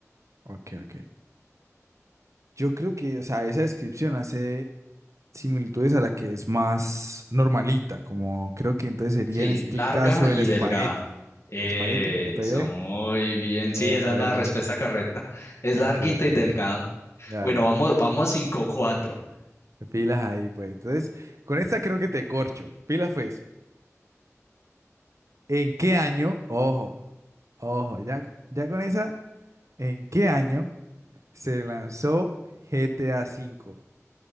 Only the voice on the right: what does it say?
Ok, ok. Yo creo que, o sea, esa descripción hace similitudes a la que es más normalita, como creo que entonces sería
en este
caso
el espagueti.
¿Espagueti? ¿Le pegué?
Epa,
epa,
epa.
Ok,
ok.
Ya,
ya.
Pilas ahí, pues. Entonces, con esta creo que te corcho. Pilas, pues. ¿En qué año? Ojo, ojo, ya, ya con esa, ¿en qué año se lanzó GTA V?